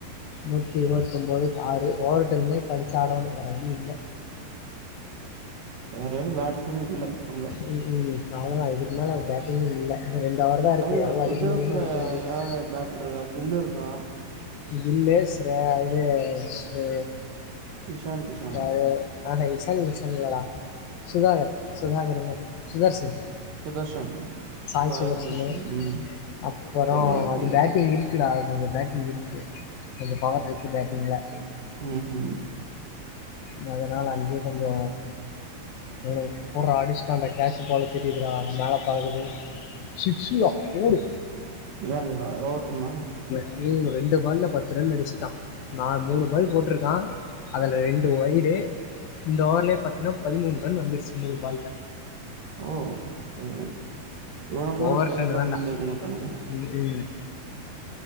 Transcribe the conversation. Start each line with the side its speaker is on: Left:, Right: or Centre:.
Left: நூத்தி இருவத் ஒம்போதுக்கு ஆறு ஓவர் டென்தா இப்ப அடுச்சி ஆடனு வேற வழி இல்ல
Right: வேற யார் பேட்ஸ் குனு இல்ல அங்க
Left: ம் ம் அவ்ளோதா இதுக்கு மேல பேட்டிங்கு இல்ல இன்னு ரெண்டு ஓவர் தா இருக்கு
Right: டை
Left: எவ்ளோ அடிக்க
Right: குஜராத்ல
Left: முடியுமோ அடிக்க வேண்டியதுதா
Right: யாரு பேட்டர் இருக்கா கில்லு இருக்கா
Left: கில்லு ஸ்ரேயா இது ஸ்ரே
Right: இஷான் கிஷானா
Left: யாரு ஆஹா இசான் கிசான் இல்லடா சுதாகர் சுதாகர்னு சுதர்ஷன்
Right: சுதர்ஷன்
Left: சாய் சுதர்ஷனு
Right: சுதர்ஷன் ம்
Left: அப்பறோ
Right: தமிழ்நாடு
Left: அது
Right: பையன்
Left: பேட்டிங் இருக்குடா கொஞ்சோ பேட்டிங் இருக்கு கொஞ்சோ பவர் இருக்கு பேட்டிங்ல
Right: ம் ம்
Left: மொத நாள் அங்கயே கொஞ்சோ விளாடு போட்றா அடிச்டாண்டா கேச்சு போல தெரியிது டா மேல பறக்குது சிக்ஸுடா போடு
Right: யாரு ஓவர் டென்னா
Left: ம் ரெண்டு பால்ல பத்து ரன் அடிச்சிட்டா நா மூணு பால் போட்ருக்கா அதுல ரெண்டு ஒய்டு இந்த ஓவர்லயே பாத்தீன்னா பதிமூணு ரன் வந்துருச்சி மூணு பால்ல
Right: ஓ ஓ இவன மாரி
Left: ஓவர்
Right: பிளேயர்லா
Left: டன்னு தான்டா
Right: முன்னாடி வைக்க மாட்டானுங்க
Left: ம் ம்